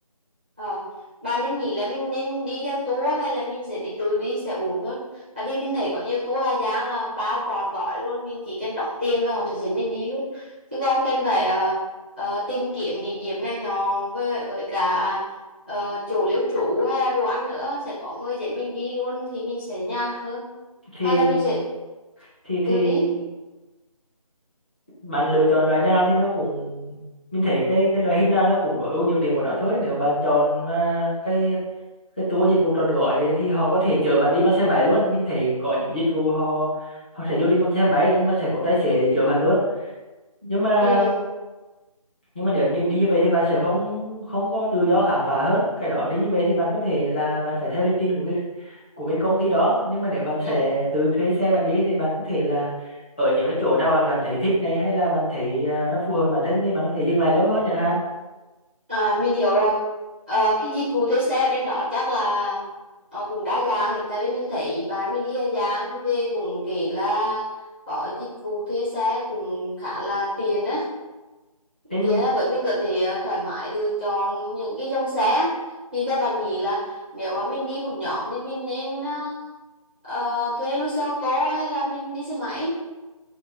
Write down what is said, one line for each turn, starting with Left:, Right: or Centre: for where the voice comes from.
Right: Ờ, bạn nên nghĩ là mình nên đi theo tour hay là mình sẽ đi tự đi sẽ ổn hơn. Tại vì mình thấy có nhiều tour Hà Giang là bao trọn gói luôn, mình chỉ cần đóng tiền và họ sẽ dẫn mình đi luôn. Chứ không cần phải ờ, ờ, tìm kiếm địa điểm này nọ với với cả ờ, chỗ lưu trú hay là đồ ăn nữa sẽ có người dẫn mình đi luôn thì mình sẽ nhàn hơn.
Left: thì
Right: Hay là mình sẽ
Left: thì
Right: tự
Left: thì
Right: đi.
Left: bạn lựa chọn loại nào thì nó cũng mình thấy cái cái loại hình nào nó cũng có ưu nhược điểm của nó thôi nếu bạn chọn mà cái cái tour dịch vụ trọn gói thì họ có thể chở bạn đi bằng xe máy luôn mình thấy có những dịch vụ họ họ sẽ du lịch bằng xe máy nhưng mà sẽ có tài xế để chở bạn luôn nhưng mà
Right: Ừ.
Left: nhưng mà nếu như đi như vậy thì bạn sẽ không không có tự do khám phá hơn cái đó đi như vậy thì bạn có thể là bạn phải theo lịch trình của người của bên công ty đó nhưng mà nếu bạn
Right: Ừ.
Left: sẽ tự thuê xe bạn đi thì bạn có thể là ở những cái chỗ nào bạn cảm thấy thích này hay là bạn thấy à, nó phù hợp với bản thân thì bạn có thể dừng lại lâu hơn chẳng hạn
Right: À, mình hiểu rồi. Ờ, cái dịch vụ thuê xe ở trên đó chắc là ờ, cũng đa dạng thì tại vì mình thấy bạn mình đi Hà Giang thì về cũng kể là có dịch vụ thuê xe cũng khá là tiện á
Left: nên
Right: tiện á với mình có thể ờ, thoải mái lựa chọn những cái dòng xe thì theo bạn nghĩ là nếu mà mình đi một nhóm thì mình nên ờ, ờ, thuê luôn xe ô tô hay là mình đi xe máy